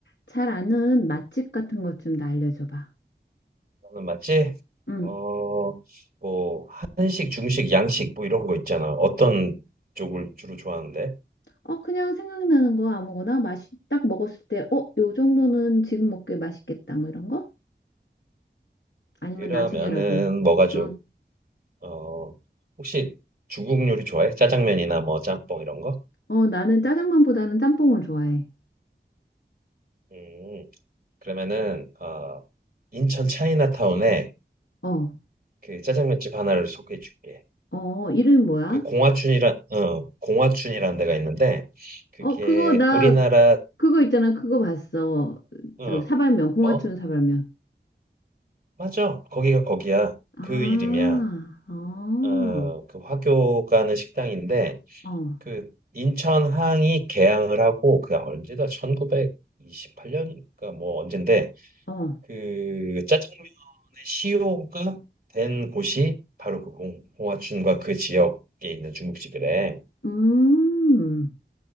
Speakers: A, on the left; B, on the right.
A: 잘 아는 맛집 같은 것 좀 나 알려줘 봐.
B: 나는 맞지?
A: 응.
B: 어, 뭐 한식, 중식, 양식 뭐 이런 거 있잖아. 어떤 쪽을 주로 좋아하는데?
A: 어, 그냥 생각나는 거 아무거나 맛이 딱 먹었을 때, 어, 요 정도는 지금 먹기에 맛있겠다. 뭐 이런 거? 아니면
B: 그러면은
A: 나중에라도.
B: 뭐가 좀
A: 응.
B: 어, 혹시 중국 요리 좋아해? 짜장면이나 뭐 짬뽕 이런 거?
A: 어, 나는 짜장면보다는 짬뽕을 좋아해.
B: 음, 그러면은 어, 인천 차이나타운에
A: 어,
B: 그 짜장면집 하나를 소개해 줄게.
A: 어, 이름 뭐야?
B: 그 공화춘이라 어, 공화춘이라는 데가 있는데 그게
A: 어, 그거 나
B: 우리나라
A: 그거 있잖아. 그거 봤어.
B: 어,
A: 저 사발면, 공화춘
B: 뭐?
A: 사발면.
B: 맞아. 거기가 거기야.
A: 아,
B: 그 이름이야.
A: 어,
B: 어, 그 화교 가는 식당인데
A: 어,
B: 그 인천항이 개항을 하고 그 언제다 1928년이니까 뭐 언젠데
A: 어.
B: 그 짜장면의 시효가 된 곳이 바로 그 공- 공화춘과 그 지역에 있는 중국집이래.
A: 음,